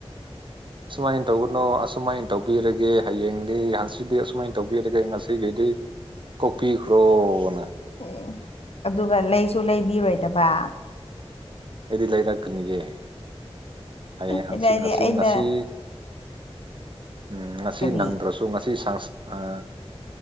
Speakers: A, on the right; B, on the left.
A: ꯁꯨꯃꯥꯏꯅ ꯇꯧꯒꯅꯣ ꯑꯁꯨꯃꯥꯏ ꯇꯧꯕꯤꯔꯒꯦ ꯍꯌꯦꯡꯗꯤ ꯍꯪꯆꯤꯠꯇꯤ ꯑꯁꯨꯃꯥꯏꯅ ꯇꯧꯕꯤꯔꯒꯦ ꯉꯁꯤꯒꯤꯗꯤ ꯀꯣꯛ ꯄꯤꯈ꯭ꯔꯣꯅ
B: ꯎꯝ ꯑꯗꯨꯒ ꯂꯩꯁꯨ ꯂꯩꯕꯤꯔꯣꯏꯗꯕ
A: ꯑꯩꯗꯤ ꯂꯩꯔꯛꯀꯅꯤꯌꯦ ꯍꯌꯦꯡ ꯍꯪꯆꯤꯠ
B: ꯑꯩꯅ ꯍꯥꯏꯗꯤ
A: ꯉꯁꯤ
B: ꯑꯩꯅ
A: ꯉꯁꯤ ꯎꯝ ꯉꯁꯤ
B: ꯀꯔꯤ
A: ꯅꯪꯗ꯭ꯔꯁꯨ ꯇꯨ ꯉꯁꯤ ꯁꯪꯁ ꯑꯥ